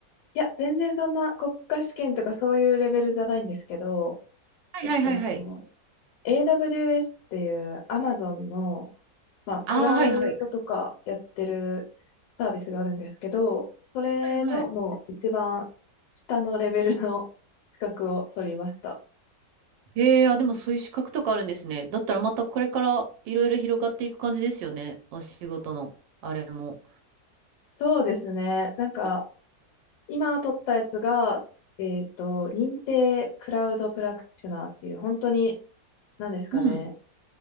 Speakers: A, on the left; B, on the right.
A: いや、全然そんな国家試験とかそういうレベルじゃないんですけど、
B: はいはいはいはい。
A: えっと、AWS っていう Amazon のまあ、
B: あーはいはい。
A: クラウドとかやってるサービスがあるんですけど、それのもう一番下のレベルの資格を取りました。
B: はいはい。えー、あ、でもそういう資格とかあるんですね。だったらまたこれからいろいろ広がっていく感じですよね。お仕事の、あれも。
A: そうですね。なんか、今取ったやつが、えっと、認定クラウドプラクティショナーっていう、本当に、何ですかね。
B: うん。